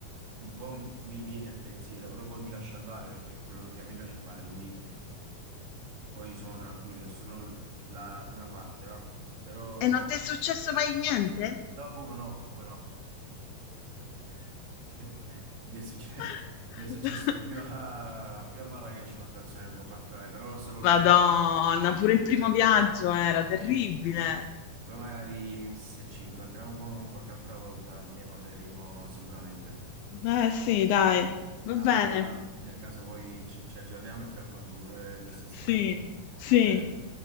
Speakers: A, on the right; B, on the left.
A: un po' mi viene il pensiero, però poi mi lascio andare perché è quello che a me piace fare, quindi... Poi sono tranquillo, è solo l- la prima parte, va. Però...
B: E non ti è successo mai niente?
A: No, come no, come no. <laughs> Mi è succe-
B: <laughs>
A: mi è successo, più a, più a Marrakech una situazione un po' particolare, però solo
B: Madonna,
A: lì, non
B: pure
A: lì.
B: il
A: per-
B: primo viaggio era terribile.
A: sì. <laughs> Poi magari se ci incontriamo qua- qualche altra volta ne parleremo sicuramente.
B: Beh, sì, dai, va
A: Allora,
B: bene.
A: nel caso poi ci ci aggiorniamo e ti racconto pure questa storia.
B: Sì, sì.
A: Va bene?